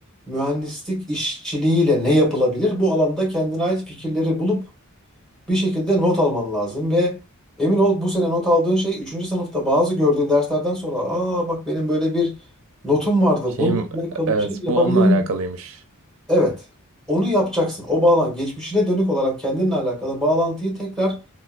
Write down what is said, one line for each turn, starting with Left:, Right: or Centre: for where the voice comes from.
Centre: mühendislik işçiliğiyle ne yapılabilir? Bu alanda kendine ait fikirleri bulup bir şekilde not alman lazım ve emin ol bu sene not aldığın şey üçüncü sınıfta bazı gördüğün derslerden sonra aa bak benim böyle bir notum vardı.
Right: Şeyim
Centre: Bununla alakalı
Right: evet
Centre: bir şey yapabilirim
Right: bu onunla alakalıymış.
Centre: Evet. Onu yapacaksın. O bağlan geçmişine dönük olarak kendinle alakalı bağlantıyı tekrar